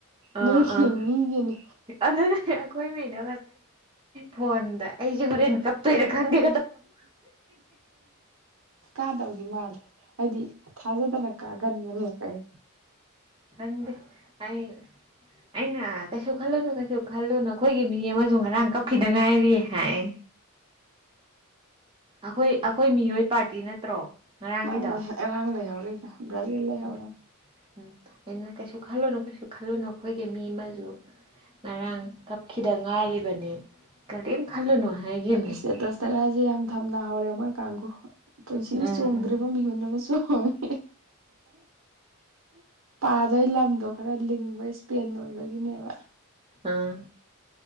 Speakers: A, on the right (about 25°); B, on the right (about 65°).
A: ꯑꯥ
B: ꯅꯣꯏꯒꯤ
A: ꯑꯥ
B: ꯃꯤꯒꯤꯅꯤ
A: ꯑꯗꯨꯅꯦ ꯑꯩꯈꯣꯏ ꯃꯤꯗꯣ ꯐꯣꯟꯗ ꯑꯩꯁꯦ ꯍꯣꯔꯦꯟ ꯀꯞꯇꯣꯏꯔꯥ ꯈꯟꯗꯦ
B: ꯀꯥꯗꯧꯗꯤ ꯃꯥꯜꯂꯦ ꯍꯥꯏꯗꯤ ꯊꯥꯖꯗꯅ ꯀꯥꯏ ꯑꯀꯟꯕ ꯑꯅꯤꯒ ꯄꯥꯏ
A: ꯈꯪꯟꯗꯦ ꯑꯩ ꯑꯩꯅꯥ ꯀꯩꯁꯨ ꯈꯜꯂꯨꯅꯨ ꯉꯥꯁꯤ ꯈꯜꯂꯨꯅ ꯑꯩꯈꯣꯏꯒꯤ ꯃꯤ ꯑꯃꯁꯨ ꯉꯔꯥꯡ ꯀꯞꯈꯤꯗ ꯉꯥꯏꯔꯤꯌꯦ ꯍꯥꯏ ꯑꯥꯈꯣꯏ ꯑꯥꯈꯣꯏ ꯃꯤꯑꯣꯏ ꯄꯥꯔꯇꯤ ꯅꯠꯇ꯭ꯔꯣ ꯉꯔꯥꯡꯒꯤꯗꯣ
B: ꯃꯥꯅꯦ ꯑꯉꯥꯡ ꯂꯩ ꯍꯧꯔꯤꯗ ꯕꯔ꯭ꯖꯤꯜ ꯂꯩ ꯍꯧꯔꯝꯅꯦ
A: ꯎꯝ ꯎꯝ ꯑꯩꯅꯣꯅꯦ ꯀꯩꯁꯨ ꯈꯜꯂꯨꯅꯨ ꯀꯩꯁꯨ ꯈꯜꯂꯨꯅꯨ ꯑꯩꯈꯣꯏꯒꯤ ꯃꯤ ꯑꯃꯁꯨ ꯉꯔꯥꯡ ꯀꯞꯈꯤꯗ ꯉꯥꯏꯔꯤꯕꯅꯤ ꯀꯔꯤꯝ ꯈꯜꯂꯨꯅꯨ ꯍꯥꯏꯈꯤꯕꯅꯤ
B: ꯏꯁꯇꯦꯇꯁꯇꯀꯥꯁꯤ ꯌꯥꯝ ꯊꯝꯅ ꯍꯧꯔꯦ ꯃꯣꯏ ꯀꯥꯡꯕꯨꯨ ꯄꯨꯟꯁꯤꯒꯤ
A: ꯎꯝ
B: ꯆꯣꯡꯗ꯭ꯔꯤꯕ
A: ꯎꯝ
B: ꯃꯤꯍꯨꯟ ꯑꯃ ꯆꯣꯡꯉꯦ ꯄꯥꯗꯣꯏ ꯂꯝꯗꯣ ꯈꯔ ꯂꯤꯡꯕ ꯏꯁꯄꯦꯟ ꯑꯣꯏꯕꯒꯤꯅꯦꯕ
A: ꯎꯝ